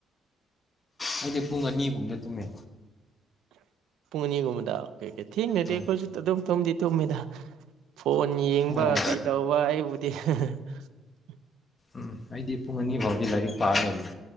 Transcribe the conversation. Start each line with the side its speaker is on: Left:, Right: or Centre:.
Left: ꯑꯩꯗꯤ ꯄꯨꯡ ꯑꯅꯤꯒꯨꯝꯕꯗ ꯇꯨꯝꯃꯦ
Right: ꯄꯨꯡ ꯑꯅꯤꯒꯨꯝꯕꯗ ꯊꯦꯡꯅꯗꯤ
Left: ꯑꯧ
Right: ꯑꯈꯣꯏꯁꯨ ꯑꯗꯨꯝ ꯇꯨꯝꯗꯤ ꯇꯨꯝꯃꯤꯗ ꯐꯣꯟ ꯌꯦꯡꯕ
Left: ꯑꯣ
Right: ꯀꯩꯗꯧꯕ ꯑꯩꯕꯨꯗꯤ <unintelligible>
Left: ꯑꯝ ꯑꯩꯗꯤ ꯄꯨꯡ ꯑꯅꯤꯐꯥꯎꯗꯤ ꯂꯥꯏꯔꯤꯛ ꯄꯥꯔꯒ ꯂꯩ